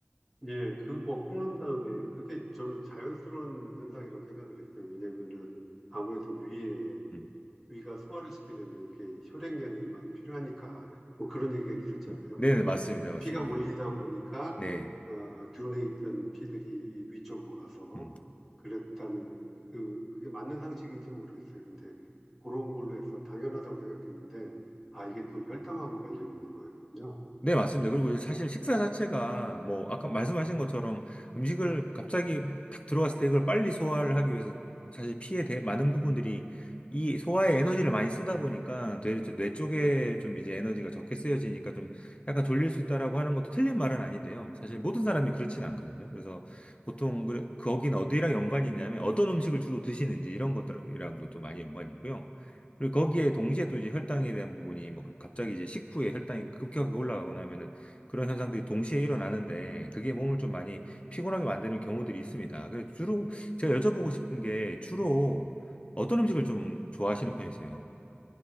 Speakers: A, in the centre; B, on the left.
A: 예. 그 벗고 난 다음에 그게 저는 자연스러운 현상이라고 생각을 했어요. 왜냐면은 아무래도 위에
B: 음.
A: 위가 소화를 시키려면 이게 혈액량이 많이 필요하니까 뭐 그런 얘기가 있었잖아요.
B: 음. 네네,
A: 그래서
B: 맞습니다. 맞습니다.
A: 피가 몰리다
B: 네.
A: 보니까
B: 네.
A: 어, 둔에 있던 피들이 위쪽으로 가서
B: 음.
A: 그랬다는 그 그게 맞는 상식인지 모르겠어요. 근데 그런 걸로 해서 당연하다고 생각했는데 아 이게 또 혈당하고 관련이 있는 거였군요.
B: 네, 맞습니다. 그리고 사실 식사 자체가 뭐 아까 말씀하신 것처럼 음식을 갑자기 탁 들어갔을 때 이걸 빨리 소화를 하기 위해서 사실 피에 대, 많은 부분들이 이 소화에 에너지를 많이 쓰다 보니까 되뇌 쪽에 좀 이제 에너지가 적게 쓰여지니까 좀 약간 졸릴 수 있다라고 하는 것도 틀린 말은 아닌데요. 사실 모든 사람이 그렇지는 않거든요. 그래서 보통 그 거긴 어디랑 연관이 있냐면 어떤 음식을 주로 드시는지 이런 것들이랑도 또 많이 연관이 있고요. 그리고 거기에 동시에 또 이제 혈당에 대한 부분이 뭐 그- 갑자기 이제 식후에 혈당이 급격하게 올라가거나 하면은 그런 현상들이 동시에 일어나는데 그게 몸을 좀 많이 피곤하게 만드는 경우들이 있습니다. 그래서 주로 제가 여쭤보고 싶은 게 주로 어떤 음식을 좀 좋아하시는 편이세요?